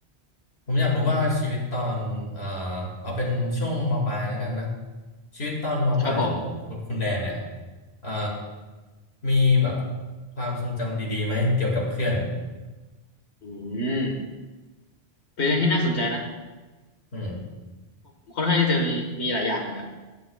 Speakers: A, on the left; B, on the left.
A: ผมอยากรู้ว่าชีวิตตอนอ่าเอาเป็นช่วงมปลายแล้วกันนะชีวิตตอนมปลายของคุณคุณแดนเนี่ย
B: ครับผม
A: อ่ามีแบบความทรงจำดีๆไหมเกี่ยวกับเพื่อน
B: อืมเป็นเรื่องที่น่าสนใจนะ
A: อืม
B: ผมค่อนข้างที่จะมีมีหลายอย่างเลยครับ